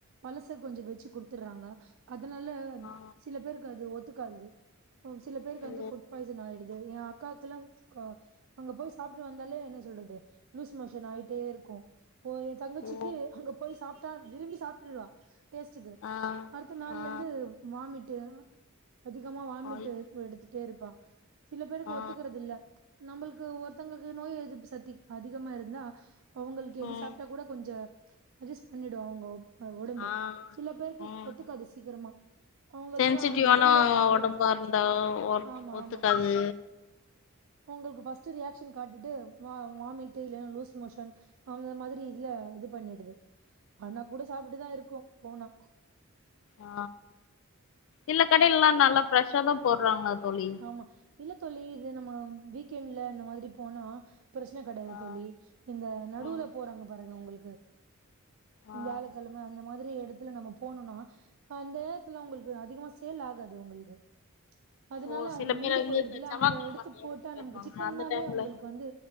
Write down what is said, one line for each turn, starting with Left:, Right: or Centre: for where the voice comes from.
Right: பழச கொஞ்ச வச்சு குடுத்துறாங்க அதனால
Left: ஆ
Right: சில பேருக்கு அது ஒத்துக்காது சில பேருக்கு
Left: ஓ
Right: வந்து புட் பாய்சன் ஆயிடுது எ அக்காக்கெல்லா அங்க போய் சாப்ட்டுட்டு வந்தாலே என்ன சொல்றது லூஸ் மோஷன் ஆயிட்டே இருக்கு போயி என் தங்கச்சிக்கு
Left: ஓ
Right: அங்க போய் சாப்டா விரும்பி சாப்ட்டுறுவா டேஸ்ட்டுக்கு
Left: ஆ
Right: அடுத்த நாள்ல
Left: ஆ
Right: இருந்து வாமிட்டு அதிகமா வாமிட்டு்
Left: ஆய்
Right: எடுத்துட்டே இருப்பா சில பேருக்கு
Left: ஆ
Right: ஒத்துக்கறது இல்ல நம்மளுக்கு ஒருத்தங்களுக்கு நோய் எதிர்ப்பு சத்தி அதிகமா இருந்தா அவங்களுக்கு எது
Left: ம்
Right: சாப்டா கூட கொஞ்ச அட்ஜஸ் பண்ணிடும் அவங்க ஒ ஒடம்பு
Left: ஆ
Right: சில பேருக்கு
Left: ம்
Right: ஒத்துக்காது சீக்கிரமா அவங்களுக்கெல்லா
Left: சென்சிட்டிவான
Right: முதல்லே காட்டுறும்
Left: ஒடம்பா இருந்தா ஒ
Right: ஆமா
Left: ஒத்துக்காது
Right: ஆமா அவங்களுக்கு பஸ்ட்டு ரியாக்ஷன் காட்டிட்டு வாமிட் இல்லன்னா லூஸ் மோஷன் அந்த மாதிரி இதுல இது பண்ணிடுது ஆன்னா கூட சாப்ட்டு தா இருக்கோ போனா
Left: அ இல்ல கடையிலல்லா நல்லா ஃப்ரெஷ்ஷா தா போடுறாங்க தோழி
Right: ஆமா இல்ல தோழி இது நம்ம வீக்கெண்ட்ல இந்த மாதிரி போனா பிரச்சனை கெடையாது
Left: ஆ
Right: தோழி இந்த நடுவுல
Left: ம்
Right: போறாங்க பாருங்க உங்களுக்கு
Left: ஆ
Right: வியாழகெழ அந்த மாதிரி எடத்துல நம்ம போனம்னா அந்த நேரத்துல உங்களுக்கு அதிகமா சேல் ஆகாது உங்களுக்கு அதனால
Left: ஓ
Right: அவங்க
Left: சில பேர்
Right: மிஞ்சி
Left: வந்து
Right: போயிடுதுல
Left: இந்த செவ்வாகெழம
Right: அங்க எடுத்து
Left: செய்யறதுக்கு
Right: போட்டா நமக்கு சிக்கன்னாலே
Left: அந்த டைம்ல
Right: அவங்களுக்கு வந்து